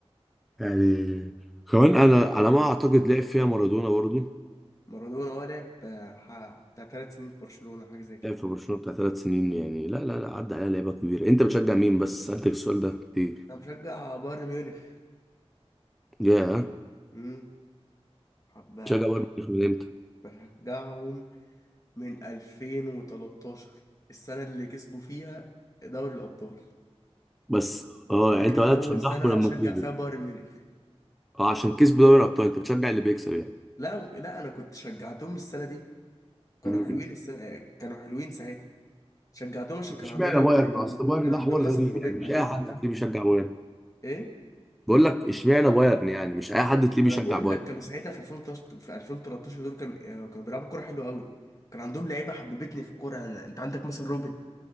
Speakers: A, in the centre; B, on the left.
A: يعني كمان انا على ما اعتقد لعب فيها مارادونا برضو
B: مارادونا هو لعب آه، ح- بتاع ثلاث سنين في برشلونة حاجة زي كده
A: لعب في برشلونه بتاع ثلاث سنين يعني لا لا لا عدى عليها لعيبه كبيره انت بتشجع مين بس سالتك السؤال ده كتير
B: أنا بشجع بايرن ميونخ
A: يا
B: أمم. حب
A: بتشجع بايرن ميونخ من امتى
B: بشجعهم من 2013 السنة اللي كسبوا فيها دوري الأبطال
A: بس اه يعني
B: ده كان
A: انت بدات
B: أول
A: تشجعهم
B: سنة
A: لما
B: أشجع
A: كسبوا
B: فيها بايرن ميونخ
A: اه عشان كسبوا دوري الابطال انت بتشجع اللي بيكسب يعني
B: لا لا انا كنت شجعتهم السنه دي كانوا
A: مم.
B: حلوين السنه كانوا حلوين ساعتها شجعتهم عشان
A: طب
B: كان
A: اشمعنى
B: عندهم لعيبه
A: بايرن
B: حلوه
A: اصل
B: قوي
A: بايرن
B: كان
A: ده
B: عندهم
A: حوار غريب
B: مثلا روبن
A: يعني مش
B: انا
A: مش اي اي
B: كنت
A: حد حد
B: بحب
A: تلاقيه بيشجع بايرن
B: ايه
A: بقول لك اشمعنى بايرن يعني مش اي حد تلاقيه
B: ما
A: بيشجع
B: انا بقول
A: بايرن
B: لك كانوا ساعتها في 2013 في 2013 دول كان آه، كانوا بيلعبوا كوره حلوه قوي كان عندهم لعيبه حببتني في الكوره أنا... انت عندك مثلا روبن